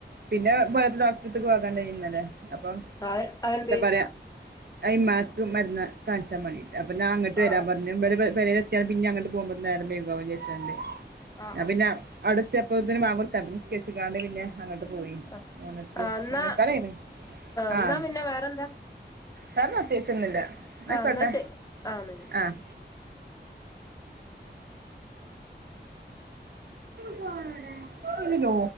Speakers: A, on the right; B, on the left.
A: പിന്നെ ബോലത്ത ഡോക്ടർട്ത് പോകാൻണ്ടായി ഇന്നലെ അപ്പൊ
B: ആഹ് അതെന്തേ
A: എന്താപറയാ അയ്യുമ്മാകുമെന്നെ മരുന്ന് കാണിച്ചാമതി അപ്പൊ ഞാ അങ്ങ്ട്ട്
B: ആഹ്
A: വരാമ്പറഞ്ഞു
B: ആഹ്
A: ഞാമ്പരവ് പെരേലെത്തിയാ പിന്നെയങ്ങ്ട്ട് പോകുമ്പോ നേരംവൈകു വിചാരിച്ചാണ്ട്
B: ആഹ്
A: ഞാ
B: ആഹ്
A: പിന്നെ അടെത്തിയപ്പോത്തിന് വാങ്കൊട്ക്കാപ്പൊ നിസ്കച്ച്ക്കാണ്ട പിന്നെ അങ്ങ്ട്ട് പോയി
B: ആ
A: മൂന്നരക്ക്
B: എന്നാ
A: മൂന്നെക്കാലായിന്
B: എന്നാ
A: ആഹ്.
B: പിന്നെ വേറെന്താ
A: വേറെ പ്രതേകിച്ചൊന്നുല്ല ആയിക്കോട്ടെ
B: ആ എന്നാ ശരി ആ എന്നാ ശരി
A: ആഹ് <inaudible> ഇതിലോ